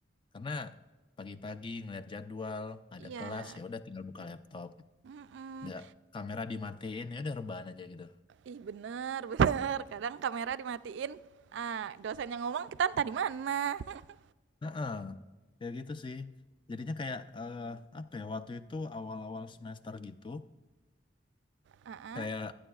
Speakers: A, on the left (about 25°); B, on the right (about 65°).
A: karena pagi-pagi ngeliat jadwal, ada
B: Iya.
A: kelas ya udah tinggal buka laptop,
B: Mm-mm.
A: ya kamera dimatiin ya udah rebahan aja gitu.
B: Ih, benar, <laughs> benar. Kadang kamera dimatiin. Ah, dosen yang ngomong kita entah di mana. <laughs>
A: Heeh, kayak gitu sih. Jadinya kayak eh, apa ya? Waktu itu awal-awal semester gitu,
B: Ah, ah.
A: kayak